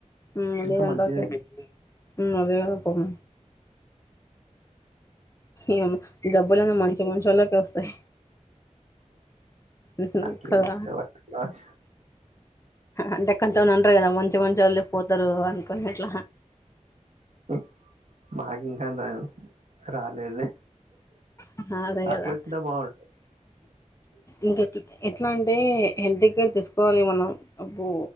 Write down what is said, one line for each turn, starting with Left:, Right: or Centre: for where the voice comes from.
Left: ఆమ్
Right: ఇంకా
Left: లేదంట
Right: మంచిదే
Left: ఉ అదే కదా పాపంము ఏమో జబ్బులన్నీ మంచి మంచోళ్ళకే వస్తయి ఉహు
Right: అట్లేం
Left: కదా
Right: లేదు
Left: అంటే కొంతమంది అంటరు కదా మంచి మంచోల్లే పోతరు అనుకోని అట్ల
Right: ఉ మాకు ఇంకా డయల్ రాలేదే
Left: ఆహా! అదే గదా!
Right: అట్లా వచ్చిన బాగుండు
Left: ఇంకెట్ ఎట్లా అంటే హెల్త్ కేర్ తీసుకోవాలి మనం అబ్బో